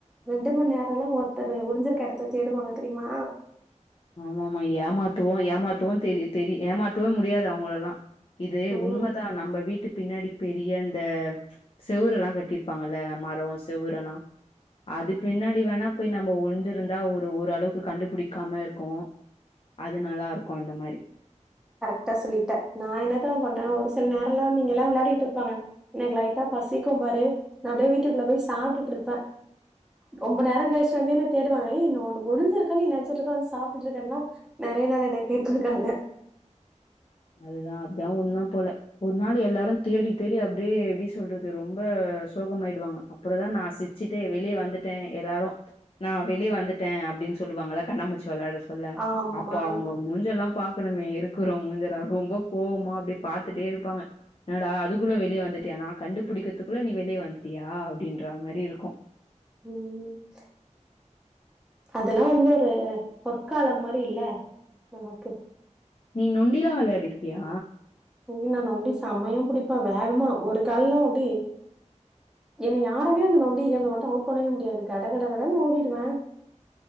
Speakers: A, in the centre; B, on the left.
A: ரெண்டு மண் நேரோ எல்லா ஒருத்தரு ஒளிஞ்சிருக்க எடத்த தேடுவாங்க தெரிமா?
B: ஆமா ஆமா ஏமாத்துவோ ஏமாத்துவோன் தெரி தெரி ஏமாத்தவே முடியாது அவுங்களல்லா. இது
A: ம்
B: உண்மதா நம்ப வீ ட்டு பின்னாடி பெரிய அந்த செவுரு எல்லா கட்டிர்ப்பாங்கள்ல மரோ செவுரல்லா அது பின்னாடி வேணா போய் நம்ப ஒளிஞ்சிருந்தா ஒரு ஒரு அளவுக்கு கண்டுபுடிக்காம இரு க்கு அது நல்லா இருக்கு அந்த மாரி.
A: கரெக்டா சொல்லிட்ட. நா என்ன தெரிமா பண்ணே ஒரு சில் நேரல்லா வந்து இங்கெல்லா விளாடிட்ருப்பாங்க. எனக் லைட்டா பசிக்கும் பாரு நா அப்டே வீட்டுக்குள்ள போய் சாப்டுட்ருப்பே. ரொம்ப நேரோ கழிச்சு வந்து என்ன தேடுவாங்க ஏய் நீ ஒன்னு ஒளிஞ்சிருக்கன் நி நெனச்சிட்ருக்க வந்து சாப்டுட்ருக்கன்லா நறைய நாள் என்ன கேட்ருக்காங்க.
B: அதுதா அதா உண்ம போல. ஒரு நாள் எல்லாரு தேடி தேடி அப்டியே எப்டி சொல்றது ரொம்ப சோகமாயிடுவாங்க. அப்பறதா நா சிச்சுட்டே வெளிய வந்துட்டே எல்லாரு நா வெளியே வந்துட்டே அப்டின் சொல்லுவாங்கள கண்ணாமுச்சி வெளாடஸ் ல்ல
A: ஆமா.
B: அப்ப அவுங்க மூஞ்ச எல்லாம் பாக்கணுமே இருக்குறோ மூஞ்சல்லா ரொம்ப கோவமா அப்டே பாத்துட்டே இருப்பாங்க. என்னடா அதுக்குள்ள வெளிய வந்துட்டியா நா கண்டுபுடிக்கத்துக்குள்ள நீ வெளிய வந்துட்டியா அப்டின்றா மாரி இருக்கு.
A: ம் ம். அதெல்லா வந்து ஒரு பொற்காலம் மாரி இல்ல நமக்கு.
B: நீ நொண்டி எல்லா வெளையாடிர்க்கியா?
A: ம் நா நொண்டி செம்மையா புடிப்பே வேகமா ஒரு கால்ல அப்டி என்ன யாராலியு அந்த நொண்டி கேம்ல மட்டு அவுட் பண்ணவே முடியாது கட கட கடனு ஓடிடுவே.